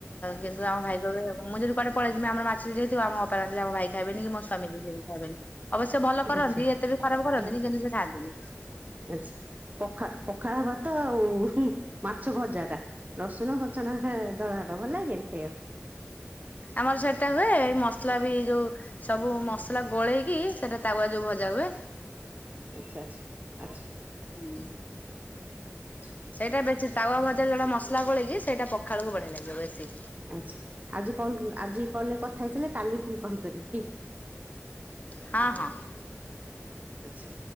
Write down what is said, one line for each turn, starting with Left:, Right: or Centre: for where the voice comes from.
Left: କିନ୍ତୁ ଆମ ଭାଇ କହିବେ ମୁଁ ଯଦି କୁଆଡେ ପଳେଇ ଯିବି ଆମ ମାଛ ଯ ଆମ ଅପାର ହେରା ମୋ ଭାଇ ଖାଇବେନି କି ମୋ ସ୍ଵାମୀ ବି ସେଏ ବି ଖାଇବେନି ଅବଶ୍ୟ ଭଲ କରନ୍ତି
Right: ଆଚ୍ଛା
Left: ଏତେ ବି ଖରାପ କରନ୍ତିନି କିନ୍ତୁ ସେ ଖାଆନ୍ତିନି।
Right: ଆଚ୍ଛା ପଖା-ପ ପଖାଳ ଭାତ ଆଉ ଉହୁଁ ମାଛ ଭଜା ଟା ରସୁଣ କଞ୍ଚାଲଙ୍କା ଦଳା ଟା ଭଲ ଲାଗେନି? ଖାଇବାକୁ
Left: ଆମର ସେଟା ହୁଏ ଏଇ ମସଲା ବି ଯୋଉ ସବୁ ମସଲା ଗୋଳେଇକି ସେଟା ତାୱା ଯୋଉ ଭଜା ହୁଏ।
Right: ଆଚ୍ଛା ଆଚ୍ଛା ଆଚ୍ଛା।
Left: ହୁଁ।
Right: ଆଚ୍ଛା।
Left: ସେଇଟା ବେଶୀ ତାୱା ଭଜା ଜଟା ମସଲା ଗୋଳେଇକି ସେଇଟା ପଖାଳକୁ ବଢିଆ ଲାଗିବ ବେଶୀ
Right: ଆଚ୍ଛା ଆଜି କଲ୍ ଆଜି କଲ୍ ରେ କଥା ହେଇ ସାରିଲେ କାଲି ଫୁଣି କଲ୍ କରିବି।
Left: ହଁ ହଁ
Right: ଆଚ୍ଛା